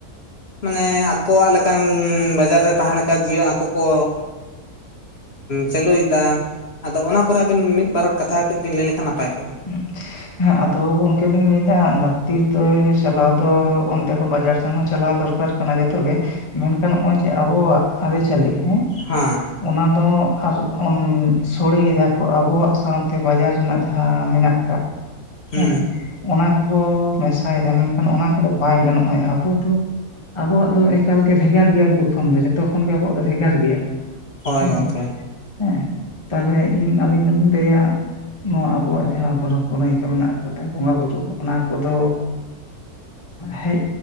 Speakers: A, on the left; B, on the left.
A: ᱢᱟᱱᱮ ᱟᱠᱚᱣᱟᱜ ᱞᱮᱠᱟᱱ ᱵᱟᱡᱟᱨ ᱨᱮ ᱛᱟᱦᱮᱸᱞᱮᱠᱟ ᱡᱤᱭᱚᱱ ᱟᱠᱚ ᱠᱚ ᱪᱟᱹᱞᱩᱭᱮᱫᱟ ᱟᱫᱚ ᱚᱱᱟ ᱠᱚᱨᱮ ᱟᱵᱤᱱ ᱢᱤᱫ ᱵᱟᱨ ᱠᱟᱛᱷᱟ ᱠᱟᱹᱡ ᱵᱤᱱ ᱞᱟᱹᱭ ᱞᱮᱠᱷᱟᱱ ᱱᱟᱯᱟᱭ ᱠᱚᱜᱼᱟ?
B: <unintelligible> ᱦᱮᱸ ᱟᱫᱚ ᱜᱚᱝᱠᱮᱞᱤᱧ ᱞᱟᱹᱭᱮᱫᱟ ᱞᱟᱹᱠᱛᱤ ᱫᱚ ᱪᱟᱞᱟᱣ ᱫᱚ ᱚᱱᱛᱮ ᱦᱚᱸ ᱵᱟᱡᱟᱨ ᱥᱮᱱ ᱦᱚᱸ ᱪᱟᱞᱟᱣ ᱫᱚᱨᱠᱟᱨ, ᱠᱟᱱᱟ ᱡᱚᱛᱚ ᱜᱮ᱾ ᱢᱮᱱᱠᱷᱟᱱ ᱱᱚᱜᱼᱚᱭ ᱡᱮ ᱟᱵᱚᱣᱟᱜ ᱟᱹᱨᱤᱪᱟᱹᱞᱤ ᱦᱮᱸ,
A: ᱦᱮᱸ᱾
B: ᱚᱱᱟ ᱫᱚ ᱟᱨ ᱥᱚᱲᱮᱭᱮᱫᱟᱠᱚ ᱟᱵᱚᱣᱟᱜ ᱥᱟᱶᱛᱮ ᱵᱟᱡᱟᱨ ᱨᱮᱱᱟᱜ ᱡᱟᱦᱟᱸ ᱡᱟᱦᱟᱸ ᱢᱮᱱᱟᱜ ᱟᱠᱟᱫ
A: ᱦᱩᱸ
B: ᱦᱮᱸ, ᱚᱱᱟ ᱠᱚᱦᱚ ᱢᱮᱥᱟᱭᱮᱫᱟ ᱢᱮᱱᱠᱷᱟᱱ ᱚᱱᱟ ᱠᱚᱫᱚ ᱵᱟᱭ ᱜᱟᱱᱚᱜᱼᱟ, ᱟᱵᱚ ᱫᱚ ᱟᱵᱚᱣᱟᱜ ᱫᱚ ᱮᱠᱟᱞᱜᱮ ᱵᱷᱮᱜᱟᱨ ᱜᱮᱭᱟ ᱩᱱᱠᱩ ᱠᱷᱚᱱ ᱫᱚ ᱡᱚᱛᱚ ᱠᱷᱚᱱ ᱜᱮ ᱟᱵᱚᱣᱟᱜ ᱫᱚ ᱵᱷᱮᱜᱟᱨ ᱜᱮᱭᱟ᱾
A: ᱦᱳᱭ
B: ᱦᱮᱸ
A: ᱜᱚᱝᱠᱮ
B: ᱦᱮᱸ ᱛᱟᱦᱚᱞᱮ ᱤᱧ ᱟᱹᱞᱤᱧ ᱫᱚᱞᱤᱧ ᱞᱟᱹᱭᱟ ᱱᱚᱣᱟ ᱟᱵᱚᱣᱟᱜ ᱡᱟᱦᱟᱸ ᱯᱚᱨᱚᱵᱽ ᱯᱩᱱᱟᱹᱭ ᱠᱚ ᱢᱮᱱᱟᱜ ᱠᱟᱫᱟ ᱵᱚᱸᱜᱟ ᱵᱩᱨᱩ ᱚᱱᱟ ᱠᱚᱫᱚ ᱦᱮᱡ